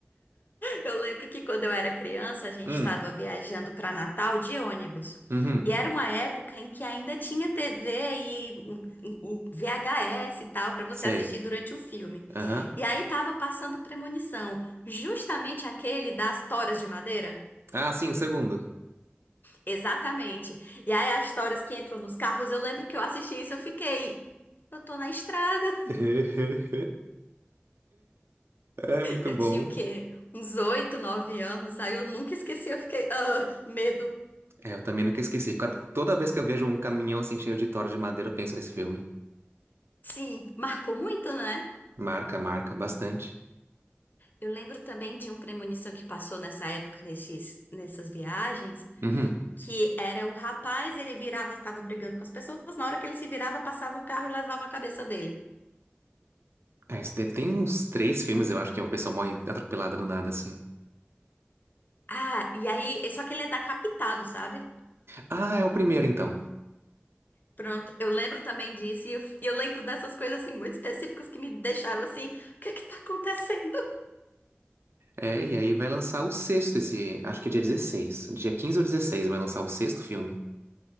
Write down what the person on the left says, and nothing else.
Eu lembro que quando eu era criança, a gente
estava viajando para Natal de ônibus.
E era uma época em que ainda tinha TV e um- um- um VHS e tal para você
assistir durante o filme.
E aí tava passando Premonição, justamente aquele das toras de madeira.
Exatamente. E aí as toras que entram nos carros, eu lembro que eu assisti isso, eu fiquei, eu tô na estrada.
Eu
tinha o quê? Uns oito, nove anos. Aí eu nunca esqueci, eu fiquei, ah, que medo.
Sim, marcou muito, né?
Eu lembro também de um premonição que passou nessa época, nesses, nessas viagens,
que era o rapaz, ele virava, estava brigando com as pessoas, na hora que ele se virava, passava um carro e lavava a cabeça dele.
Ah, e aí, só que ele é decapitado, sabe?
Pronto, eu lembro também disso, e eu, e eu lembro dessas coisas, assim, muito específicas que me deixaram assim, o que é que tá acontecendo?